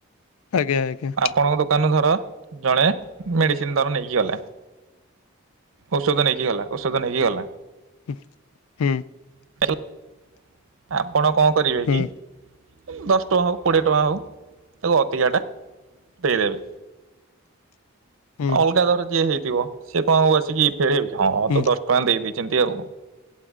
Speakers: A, on the left (about 85°); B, on the right (about 70°).
A: ଆଜ୍ଞା ଆଜ୍ଞା
B: ଆପଣଙ୍କ ଦୋକାନରୁ ଧର ଜଣେ ମେଡିସିନ ଦର ନେଇକି ଗଲା। ଔଷଧ ନେଇକି ଗଲା, ଓସ୍ ଚକ ନେଇଗଲା।
A: ହୁ ହୁଁ।
B: <inaudible> ଆପ୍। ଆପଣ କଣ କରିବେ
A: ହୁଁ
B: କି ଦଶ ଟଙ୍କା ହଉ କୋଡ଼ିଏ ଟଙ୍କା ହଉ ତାକୁ ଅଧିକାଟା ଟେରେଳ।
A: ହୁଁ
B: ଅଲଗା ଦର ଯେ ହେଇ ଚିବ ସେଏ କଣ ଆଉ ଆସିକି ଏ ହଁ
A: ହୁଁ
B: ତ ଦଶଟଙ୍କା ଦେଇଦେଇଛି। ଚିନ୍ତି ଆଉ।